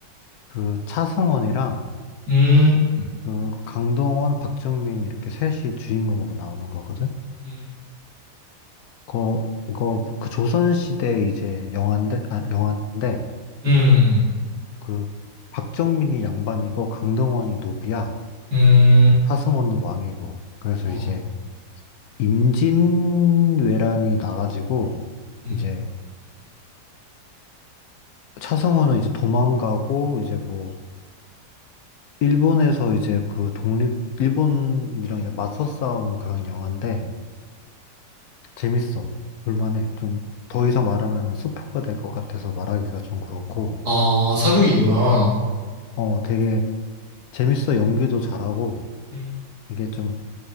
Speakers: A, on the left; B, on the right.
A: 그 차승원이랑
B: 음,
A: 그 강동원, 박정민 이렇게 셋이 주인공으로 나오는 거거든?
B: 음,
A: 그거, 그거 그 조선시대 이제 영화인데, 아, 영화인데
B: 음,
A: 그 박정민이 양반이고 강동원이 노비야.
B: 음,
A: 하승우는 왕이고. 그래서
B: 어,
A: 이제 임진왜란이 나가지고
B: 음.
A: 이제 차승원은 이제 도망가고 이제 뭐 일본에서 이제 그 독립 일본이랑 이제 맞서 싸우는 그런 영화인데 재밌어. 볼만해. 좀 더 이상 말하면 스포가 될 것 같아서 말하기가 좀 그렇고
B: 아, 사극이구나.
A: 어 되게 재밌어. 연기도 잘하고
B: 음,
A: 이게 좀